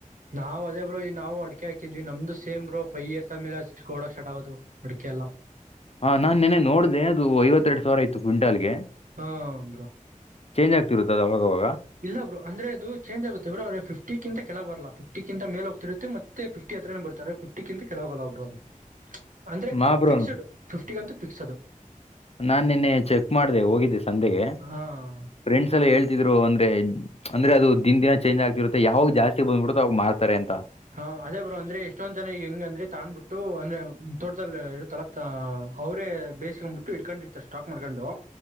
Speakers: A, on the right (about 65°); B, on the left (about 45°).
A: ನಾವು ಅದೇ ಬ್ರೋ ಈ ನಾವು ಅಡ್ಕೆ ಹಾಕಿದ್ವಿ ನಮ್ದು ಸೇಮ ಬ್ರೋ ಫೈವ್ ಇಯರ್ಸ್ ಆಮೇಲೆ ಅಷ್ಟ ಕೊಡಕ್ ಸ್ಟರ್ಟ್ ಆಗೋದು ಅಡಿಕೆ ಎಲ್ಲ
B: ಹಾ ನಾನ್ ನೆ ನೋಡ್ದ ಅದು ಐವತ್ತೆರಡು ಸಾವಿರ ಆಯತು ಕ್ವಿಂಟಾಲ್ಗೆ
A: ಹಾ ಬ್ರೋ
B: ಚೇಂಜ್ ಆಗ್ತಿರುತ್ತದೆದ ಅವಾಗ ಅವಾಗ
A: ಇಲ್ಲ ಬ್ರೋ ಅಂದ್ರೆ ಅದು ಚೇಂಜ್ ಆಗುತ್ತೆ ಬ್ರ ಅವ್ರ ಫಿಫ್ಟಿಂತಕಿಂತ ಬರ್ಲಾ ಫಿಫ್ಟಿ ಮೇಲೆ ಹೋಗ್ತಿರುತ್ತ ಫಿಟಿತ್ರನ ಬರ್ತಾರೆ ಫ್ಟಿಂತ ಕೆಳಗೋಲ್ಲ ಬ್ರರು ಅದು ಅಂದ್ರೆ
B: ಮಾ ಬ್ರೋ
A: ಫಿಕ್ಸ್ಡ್ ಫಿಫ್ಟಿ ಅಂತೂ ಫಿಕ್ಸ್ ಅದು
B: ನಾನ್ ನಿನ್ನೆ ಚೆಕ್ ಮಾಡ್ದ ಹೋಗಿದ್ದೆ ಸಂತ್ತೆಗೆ
A: ಹಾ
B: ಫ್ರೆಂಡ್ಸ್ ಎಲ್ಲ ಹೇಳ್ ದ್ರು ಅಂದ್ರೆ ಅಂದ್ರೆ ಅದು ದಿನ ಚೇಂಜ್ ಆಗ್ತಿರುತ್ತ ಯಾವಾಗ ಜಾಸ್ತಿ ಬಂದ್ಬಿಡುತ್ತೋ ಅವಾಗ ಮಾರತಾರೆ ಅಂತ
A: ಹಾ ಅದೇ ಬ್ರೋ ಅಂದ್ರೆ ಎಷ್ಟೊಂದ್ ಜನ ಈಗ ಹೆಂಗ ಅಂದ್ರೆ ತಾಣ್ಬಿಟ್ಟು ಅಂದ್ರೆ ತೋಟಲ್ ಇತಲ ಅವ್ರೇ ಬೇಸ್ಕೊಂಡ್ಬಿಟ್ಟು ಇಡ್ಕೊಂಡರ್ತ ಸ್ಟಾಕ್ ಮಾಡ್ಕೊಂಡು